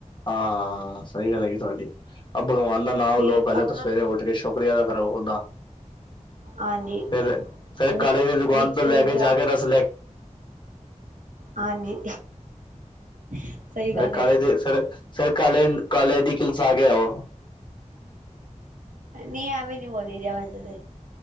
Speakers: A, on the left; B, on the right.
A: ਹਾਂ ਸਹੀ ਗੱਲ ਹ ਤੁਹਾਡੀ ਆ ਭਗਵਾਨ ਦਾ ਨਾਮ
B: ਫਿਰ
A: ਲਓ ਪਹਿਲੇ
B: ਆਪਣਾ
A: ਤਾਂ ਸਵੇਰੇ ਉੱਠ ਮਰਿਆਦਾ ਕਰੋ ਓਦਾਂ
B: ਹਾਂਜੀ
A: ਫਿਰ ਫਿਰ
B: ਨੀ
A: ਕਾਲੇ ਦੀ ਦੁਕਾਨ
B: ਨੀਚੇ
A: ਤੋਂ ਲੈ ਕੇ
B: ਜਾਣ
A: ਜਾ ਕੇ
B: ਨੂੰ
A: ਰਸ
B: ਹਾਂਜੀ ਸਹੀ ਗੱਲ
A: ਕਾਲੇ
B: ਹੈ
A: ਦੇ ਸਰ ਸਰ ਕਾਲੇ ਦੀ ਕਸਾ ਕੇ ਆਓ
B: ਨਹੀਂ ਐਵੇਂ ਨਹੀਂ ਬੋਲੀ ਜਾ ਵੈਸੇ